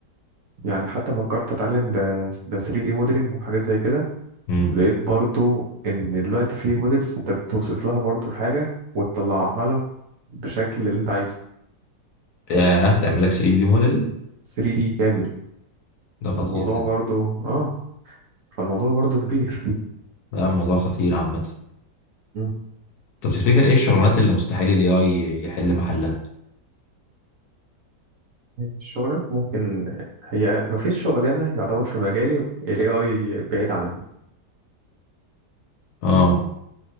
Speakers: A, on the right (about 60°); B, on the left (about 70°).
A: يعني حتى فكرت اتعلم ده ده 3D موديلنج وحاجات زي كده
B: امم
A: لقيت برضو ان دلوقتي في موديلز انت بتوصف لها برضو الحاجة وتطلعها لك بشكل اللي انت عايزه
B: ياه تعمل لك 3 دي موديل
A: 3D كامل
B: ده خطير
A: الموضوع
B: ده
A: برضو اه فالموضوع برضو كبير
B: ده موضوع خطير عامة
A: مم.
B: طب تفتكر ايه الشغلانات اللي مستحيل ال AI يحل محلها؟
A: الشغلات ممكن هي مفيش شغلانة يعتبر في مجالي ال AI بعيد عنها
B: اه